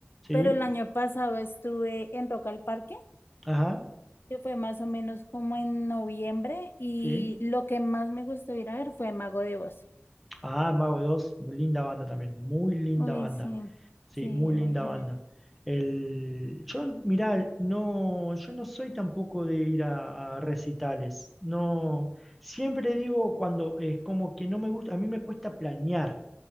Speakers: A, in the centre; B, on the left (about 60°).
A: ¿Sí?
B: pero el año pasado estuve en Rock al Parque,
A: Ajá,
B: que fue más o menos como en noviembre, y
A: sí.
B: lo que más me gustó ir a ver fue Mago de Oz.
A: Ah, Mago 2, muy linda banda también, muy linda
B: Uy,
A: banda.
B: sí,
A: Sí,
B: sí,
A: muy linda
B: muy genial.
A: banda. El, yo, mirá, no, yo no soy tampoco de ir a, a recitales. No, siempre digo cuando es como que no me gusta, a mí me cuesta planear.